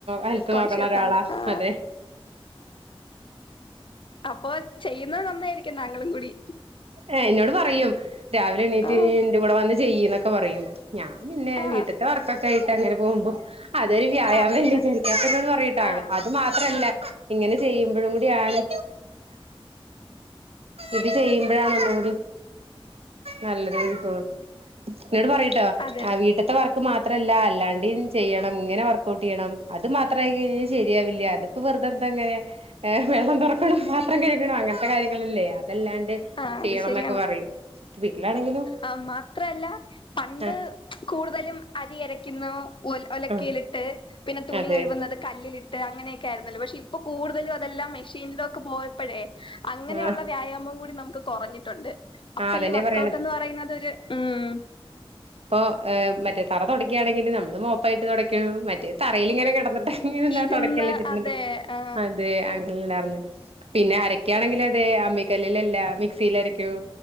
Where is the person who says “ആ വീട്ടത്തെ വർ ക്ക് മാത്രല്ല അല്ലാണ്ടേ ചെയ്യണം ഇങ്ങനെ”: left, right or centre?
Right